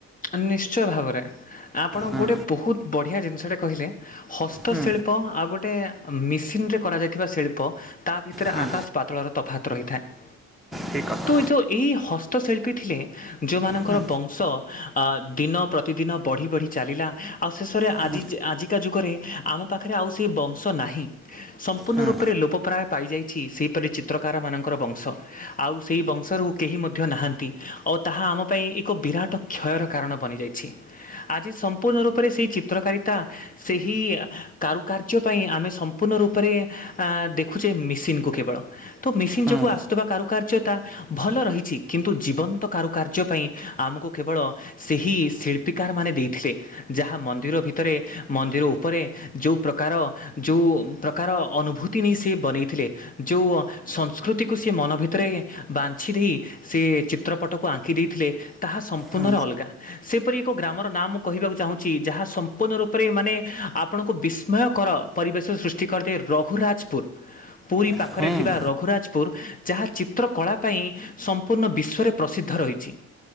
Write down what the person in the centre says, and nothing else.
ହୁଁ
ହୁଁ
ହୁଁ
ଠିକ୍ କଥା
ହୁଁ
ହୁଁ
ହୁଁ ହୁଁ
ହୁଁ ହୁଁ ହୁଁ ହୁଁ ହୁଁ
ହୁଁ
ହୁଁ